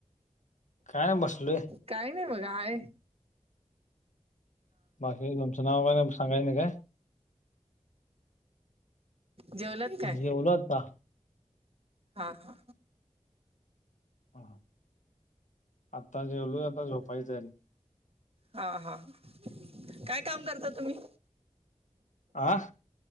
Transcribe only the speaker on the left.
काय बसलोय.
बाकी लमचनाग सांगाय नाही काय.
जेवल आता.
ह आत्ता जेवलो आता झोपायचं आहे र.
आं.